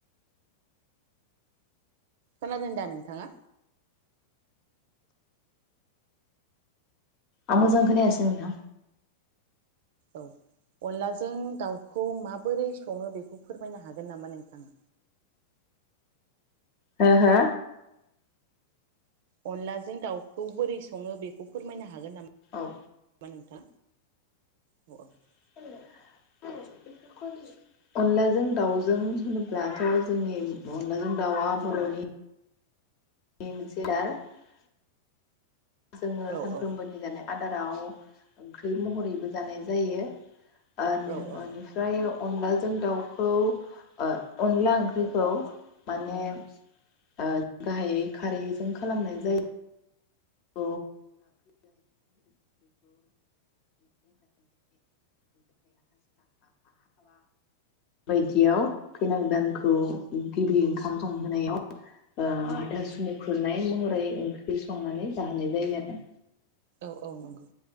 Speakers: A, on the right; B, on the left.
A: खोनादों दा नोंथाङा।
B: आं मोजां खोनायासै नोंथां।
A: औ। अनलाजों दाउखौ माबोरै सङो बेखौ। फोरमायनो हागोन नामा नोंथाङा।
B: हो हो।
A: अनलाजों दाउखौ बोरै सङो बेखौ फोरमायनो। हागोन नामा
B: औ
A: ना नोंथां। <unintelligible>
B: <inaudible> अनलाजों दाउजों होनोब्लाथ' जोंनि अनलाजों दाउआ बर'नि। बे मोनसे <unintelligible> जोङो
A: औ
B: सानफ्रोमबोनि
A: औ
B: दानाय। आदाराव ओंख्रि महरैबो जानाय जायो। ओ
A: औ औ
B: निफ्राय। अनलाजों दाउखौ ओ अनला ओंख्रिखौ माने ओ गाहायै खारैजों खालामनाय जायो। <unintelligible> बायदियाव खैना गोदानखौ गिबि ओंखाम संहोनायाव ओ हाथासुनि खुरनाय महरै ओंख्रि संनानै। जाहोनाय जायो आरो।
A: औ औ नंगौ।